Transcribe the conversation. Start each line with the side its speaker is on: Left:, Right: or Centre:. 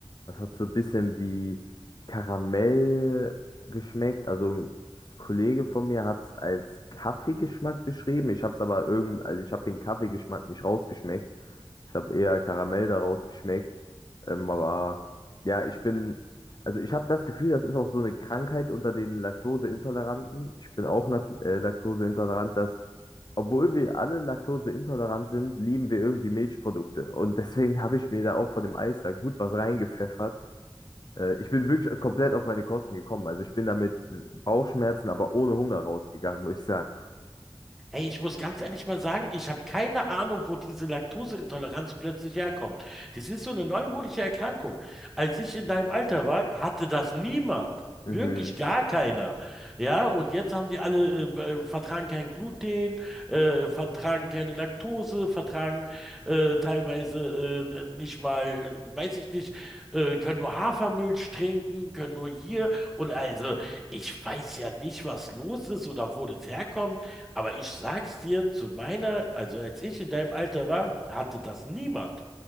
Left: das hat so ein bisschen wie Karamell geschmeckt. Also ein Kollege von mir hat es als Kaffeegeschmack beschrieben. Ich habe es aber irgend, also ich habe den Kaffeegeschmack nicht rausgeschmeckt. Ich habe eher Karamell daraus geschmeckt. Ähm, aber ja, ich bin, also ich habe das Gefühl, das ist auch so eine Krankheit unter den Laktoseintoleranten. Ich bin auch lak- äh, laktoseintolerant, dass, obwohl wir alle laktoseintolerant sind, lieben wir irgendwie Milchprodukte. Und deswegen habe ich mir da auch von dem Eis da gut was reingepfeffert. Äh, ich bin wirklich komplett auf meine Kosten gekommen. Also ich bin da mit Bauchschmerzen, aber ohne Hunger rausgegangen, muss ich sagen.
Centre: Ey, ich muss ganz ehrlich mal sagen, ich habe keine Ahnung, wo diese Laktoseintoleranz plötzlich herkommt. Das ist so eine neumodische Erkrankung. Als ich in deinem Alter war, hatte das niemand.
Left: Mhm.
Centre: Wirklich gar keiner. Ja, und jetzt haben die alle, äh, äh, vertragen kein Gluten, äh, vertragen keine Laktose, vertragen äh, teilweise äh, nicht mal, äh, weiß ich nicht, äh, können nur Hafermilch trinken, können nur hier. Und also, ich weiß ja nicht, was los ist oder wo das herkommt. Aber ich sag's dir, zu meiner, also als ich in deinem Alter war, hatte das niemand.